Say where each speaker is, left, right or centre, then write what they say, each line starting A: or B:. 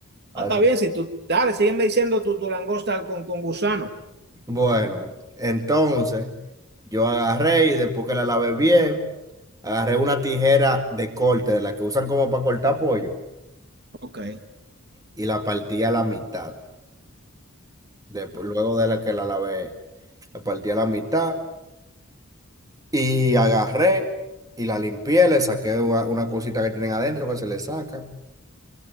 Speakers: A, on the right; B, on the right.
A: A
B: ah, está
A: eso.
B: bien. Si tú, dale, sígueme diciendo tu, tu langosta con, con gusano.
A: Bueno, entonces yo agarré y después que la lavé bien, agarré una tijera de corte de la que usan como para cortar pollo.
B: Ok.
A: y la partí a la mitad. Después,
B: Ok,
A: luego de la que la lavé, la partí a la mitad y agarré y la limpié, le saqué una, una cosita que tienen adentro que se le saca.